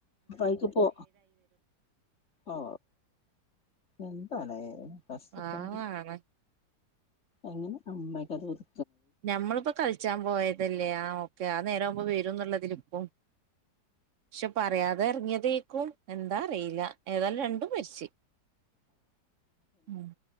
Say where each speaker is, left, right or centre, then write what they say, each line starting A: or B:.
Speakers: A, on the left (about 40°); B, on the right (about 65°).
A: പൈക്ക്പ്പോ ഔ എന്താലേ കഷ്ടപ്പാട്
B: പാവാണ്
A: എങ്ങനെ സമ്മയ്ക്ക അത് കൊത്
B: ഞമ്മള്പ്പോ കൾച്ചാൻ പോയതല്ലേ ആഹ് ഓക്കെ അ നേരാവ്മ്പോ വരുംന്ന്ള്ളതില്ക്കും ഷു പറയാ തെർങ്ങ്യെതേക്കും എന്താ അറീലാ ഏതായാലും രണ്ടും മര്ച്ച് ഉം